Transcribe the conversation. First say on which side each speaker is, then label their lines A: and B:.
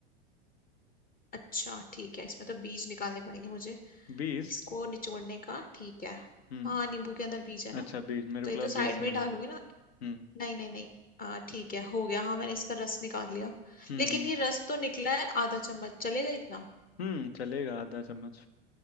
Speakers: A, on the left; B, on the left.
A: अच्छा ठीक है इसमें तो बीज निकालने पड़ेंगे मुझे
B: बीस
A: इसको निचोड़ने का ठीक है
B: हम्म
A: हाँ नींबू के अंदर बीज है ना
B: अच्छा बीस मेरे
A: तो
B: को
A: ये
B: लगा
A: तो साइड
B: बीस
A: में
B: नींबू
A: ही डालोगे ना
B: हम्म
A: नहीं नहीं नहीं आ, ठीक है हो गया हाँ मैंने इसका रस निकाल लिया
B: हम्म
A: लेकिन ये रस तो निकला है आधा चम्मच चलेगा इतना
B: हम्म चलेगा आधा चम्मच